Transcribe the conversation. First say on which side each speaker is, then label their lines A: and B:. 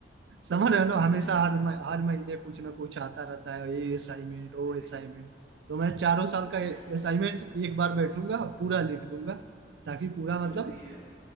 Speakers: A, on the right; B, on the right.
A: समझ रहे हो ना हमेशा
B: सही है
A: हर मह- हर महीने कुछ
B: हम्म,
A: ना कुछ आता रहता है ये असाइनमेंट वो
B: सही
A: असाइनमेंट
B: है
A: तो मैं चारों साल
B: सही
A: का
B: है
A: असाइनमेंट एक बार बैठूंगा पूरा लिख दूंगा ताकि पूरा
B: चलो
A: मतलब
B: सही है